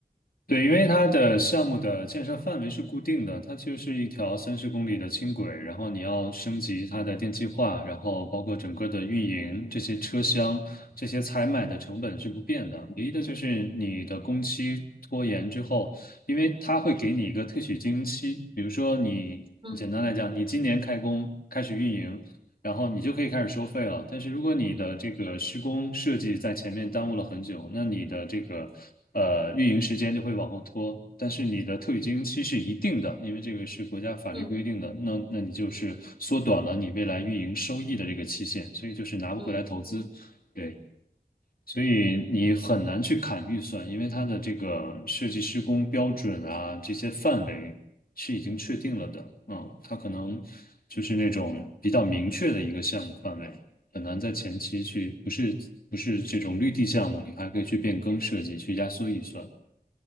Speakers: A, on the left (about 60°); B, on the right (about 30°).
A: 对，因为它的项目的建设范围是固定的，它就是一条三十公里的轻轨，然后你要升级它的电气化，然后包括整个的运营，这些车厢、这些采买的成本是不变的，唯一的就是你的工期拖延之后，因为它会给你一个特许经营期，比如说你，
B: 嗯
A: 简单来讲，你今年开工开始运营。然后你就可以开始收费了。但是如果你的这个施工设计在前面耽误了很久，那你的这个呃运营时间就会往后拖。但是你的特许经营期是一定的，因为这个是国家法律规定的。
B: 嗯
A: 那那你就是缩短了你未来运营收益的这个期限，所以就是拿不回来投资。
B: 嗯。
A: 对。所以你很难去砍预算，因为它的这个设计施工标准啊，这些范围是已经确定了的。嗯，它可能就是那种比较明确的一个项目范围，很难在前期去，不是不是这种绿地项目，你还可以去变更设计，去压缩预算。